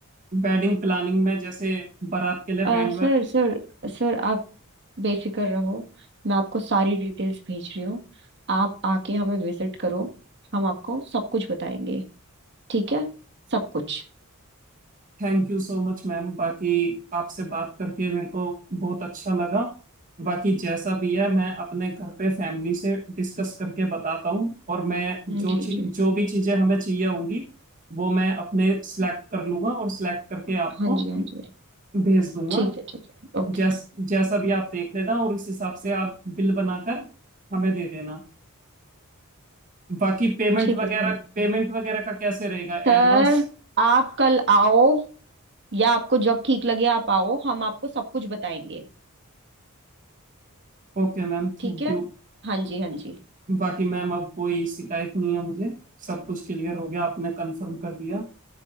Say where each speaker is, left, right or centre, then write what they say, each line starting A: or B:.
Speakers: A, on the right; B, on the right.
A: वेडिंग प्लानिंग में जैसे बारात के लिए
B: अ,
A: band
B: सर सर सर आप बेफिक्र रहो मैं आपको सारी डिटेल्स भेज रही हूँ आप आके हमें विजिट करो हम आपको सब कुछ बताएंगे ठीक है सब कुछ
A: Thank you so much ma'am बाकी आपसे बात करके मेरे को बहुत अच्छा लगा बाकी जैसा भी है मैं अपने घर पे फैमिली से डिस्कस करके बताता हूँ और मैं जो
B: जी
A: चीज
B: जी
A: जो भी चीजें हमें चाहिए होंगी वो मैं अपने सिलेक्ट कर लूंगा और सिलेक्ट करके आपको
B: हाँ जी हाँ जी
A: भेज दूंगा
B: ठीक है ठीक है ओके
A: जैस जैसा भी आप देख लेना और उस हिसाब से आप बिल बनाकर हमें दे देना बाकी पेमेंट
B: ठीक
A: वगैरह
B: है सर
A: पेमेंट वगैरह का कैसे रहेगा
B: सर
A: advance
B: आप कल आओ या आपको जब ठीक लगे आप आओ हम आपको सब कुछ बताएंगे
A: Okay ma'am thank
B: ठीक है
A: you
B: हाँ जी हाँ जी
A: बाकी मैम अब कोई शिकायत नहीं है मुझे सब कुछ क्लियर हो गया आपने कंफर्म कर दिया